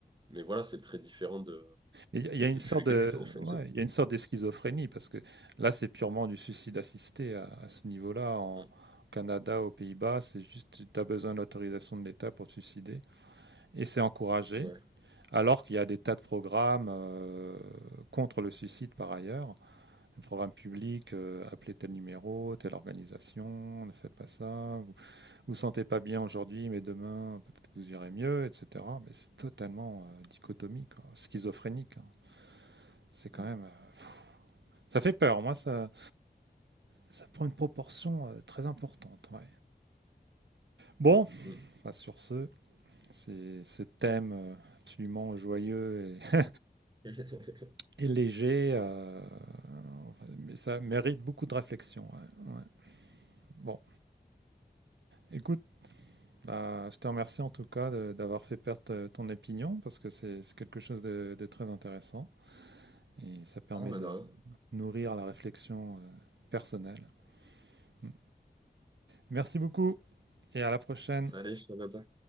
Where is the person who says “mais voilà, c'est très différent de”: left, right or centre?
Right